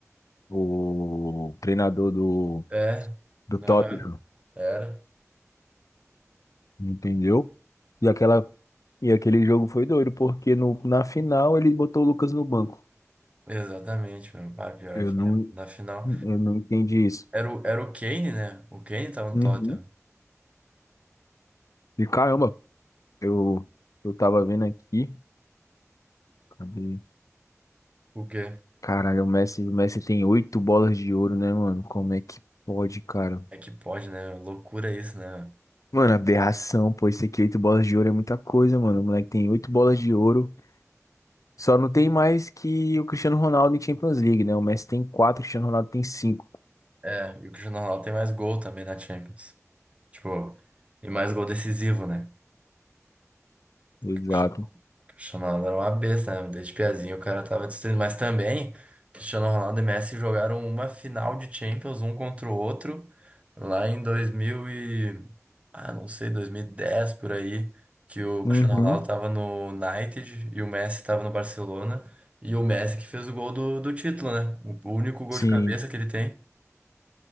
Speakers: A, on the left; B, on the right.
A: o treinador do,
B: É.
A: do Tottenham,
B: Aham. Era.
A: entendeu? E aquela, e aquele jogo foi doido, porque no, na final ele botou o Lucas no banco.
B: Exatamente, meu. Ah, pior
A: Eu
B: que
A: não,
B: é. Na final.
A: eu não entendi isso.
B: Era o, era o Kane, né? O Kane tava no
A: Uhum.
B: Tottenham.
A: E caramba, eu, eu tava vendo aqui. Cadê?
B: O quê?
A: Caralho, o Messi, o Messi tem oito bolas de ouro, né, mano? Como é que pode, cara?
B: É que pode, né? Loucura isso, né?
A: Mano, aberração, pô. Isso aqui, oito bolas de ouro é muita coisa, mano. O moleque tem oito bolas de ouro. Só não tem mais que o Cristiano Ronaldo em Champions League, né? O Messi tem quatro, o Cristiano Ronaldo tem cinco.
B: É, e o Cristiano Ronaldo tem mais gol também na Champions. Tipo, e mais gol decisivo, né?
A: Exato.
B: O Cristiano o Cristiano Ronaldo era uma besta, né? Desde piazinho o cara tava destruindo. Mas também, Cristiano Ronaldo e Messi jogaram uma final de Champions, um contra o outro, lá em 2000 e... Ah, não sei, 2010, por aí, que o
A: Uhum,
B: Cristiano Ronaldo tava no United e o Messi tava no Barcelona. E o Messi que fez o gol do, do título, né? O único gol
A: sim.
B: de cabeça que ele tem.